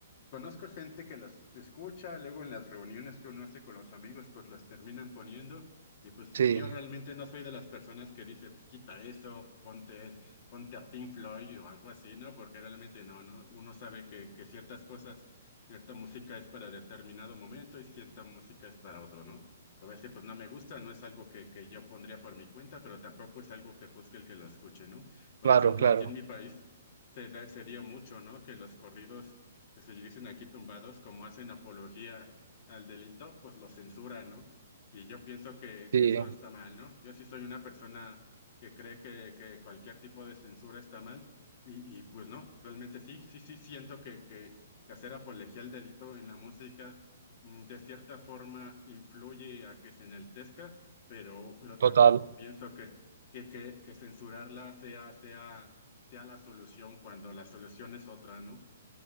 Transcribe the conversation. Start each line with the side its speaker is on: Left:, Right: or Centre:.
Left: Conozco gente que las escucha, luego en las reuniones que uno hace con los amigos, pues las terminan poniendo. Y pues
Right: Sí,
Left: yo realmente no soy de las personas que dice, pues quita eso, ponte, ponte a Pink Floyd o algo así, ¿no? Porque realmente no, ¿no? Uno sabe que, que ciertas cosas, cierta música es para determinado momento y cierta música es para otro, ¿no? A veces pues no me gusta, no es algo que, que yo pondría por mi cuenta, pero tampoco es algo que juzgue el que lo escuche, ¿no? Por
Right: claro,
Left: ejemplo,
Right: claro.
Left: aquí en mi país se da- se dio mucho, ¿no? Que los corridos que se dicen aquí tumbados, como hacen apología al delito, pues lo censuran, ¿no? Y yo pienso que,
Right: Sí,
Left: que eso está mal, ¿no? Yo sí soy una persona que cree que, que cualquier tipo de censura está mal y, y pues no, realmente sí, sí, sí siento que, que, que hacer apología al delito en la música mm, de cierta forma influye a que se enaltezca, pero, pero
Right: total.
Left: tampoco pienso que, que, que, que censurarla sea, sea, sea la solución cuando la solución es otra, ¿no?